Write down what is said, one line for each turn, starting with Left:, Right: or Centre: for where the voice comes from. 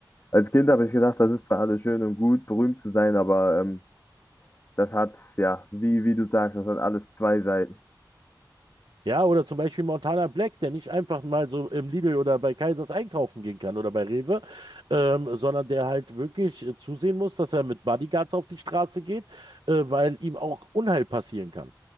Left: als Kind habe ich gedacht, das ist zwar alles schön und gut, berühmt zu sein, aber ähm, das hat, ja, wie, wie du sagst, das hat alles zwei Seiten.
Right: Ja, oder zum Beispiel Montana Black, der nicht einfach mal so im Lidl oder bei Kaisers einkaufen gehen kann oder bei Rewe, ähm, sondern der halt wirklich äh, zusehen muss, dass er mit Bodyguards auf die Straße geht, äh, weil ihm auch Unheil passieren kann.